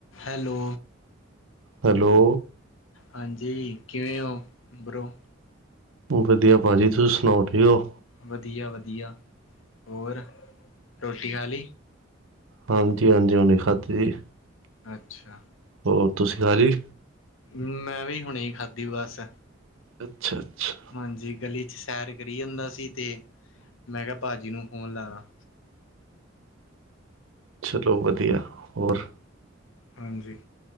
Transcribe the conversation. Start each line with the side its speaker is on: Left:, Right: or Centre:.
Left: Hello
Right: hello
Left: ਹਾਂਜੀ ਕਿਵੇਂ ਹੋ ਬਰੋ
Right: ਵਧੀਆ ਭਾਜੀ ਤੁਸੀਂ ਸੁਣਾਓ ਠੀਕ ਹੋ।
Left: ਵਧੀਆ -ਵਧੀਆ ਹੋਰ ਰੋਟੀ ਖਾ ਲਈ।
Right: ਹਾਂਜੀ- ਹਾਂਜੀ ਹੁਣੇ ਖਾਧੀ ਜੀ।
Left: ਅੱਛਾ
Right: ਹੋਰ ਤੁਸੀ ਖਾ ਲਈ।
Left: ਮੈਂ ਵੀ ਹੁਣੇ ਖਾਧੀ ਬਸ
Right: ਅੱਛਾ -ਅੱਛਾ
Left: ਹਾਂਜੀ ਗਲੀ 'ਚ ਸੈਰ ਕਰੀ ਜਾਂਦਾ ਸੀ ਤੇ ਮੈਂ ਕਿਹਾ ਭਾਜੀ ਨੂੰ ਫੋਨ ਲਾ ਲਾ।
Right: ਚਲੋ ਵਧੀਆ ਹੋਰ।
Left: ਹਾਂਜੀ